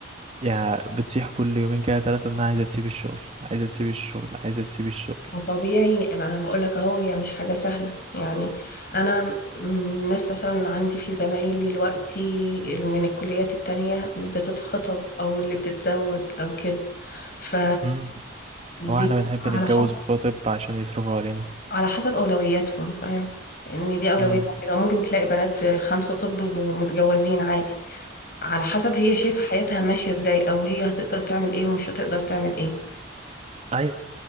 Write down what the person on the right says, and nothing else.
يعني بتصيح كل يومين كده ثلاثة إنها عايزة تسيب الشغل عايزة تسيب الشغل عايزة تسيب الشغل
امم
هو احنا بنحب
نتجوز
بتوع طب عشان يصرفوا علينا
امم
أي